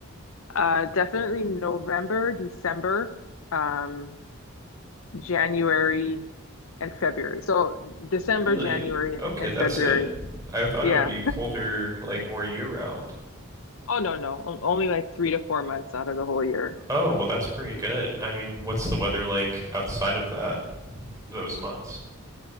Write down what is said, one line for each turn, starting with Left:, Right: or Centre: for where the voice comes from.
Left: uh, definitely November, December. Um, January and February. So December,
Right: Really?
Left: January,
Right: Okay,
Left: and, and
Right: that's
Left: February.
Right: it? I thought
Left: Yeah.
Right: it would be colder, like more year round.
Left: Oh no, no. O- Only like three to four months out of the whole year.
Right: Oh, well, that's pretty good. I mean, what's the weather like outside of that, those months?